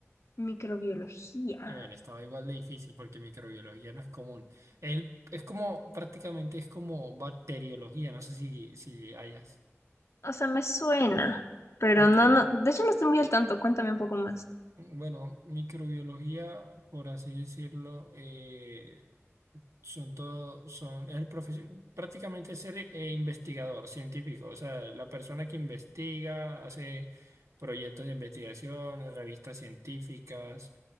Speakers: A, on the left; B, on the right.
A: microbiología.
B: Eh, Bueno, estaba igual de difícil porque microbiología no es común. El- es como, prácticamente es como bacteriología, no sé si, si hayas.
A: O sea, me suena, pero
B: Ok,
A: no, no. De hecho, no estoy muy al tanto. Cuéntame un poco más.
B: Bueno, microbiología, por así decirlo, eh, son todo, son, es el profesio- prácticamente ser eh, investigador científico, o sea, la persona que investiga, hace proyectos de investigación, revistas científicas,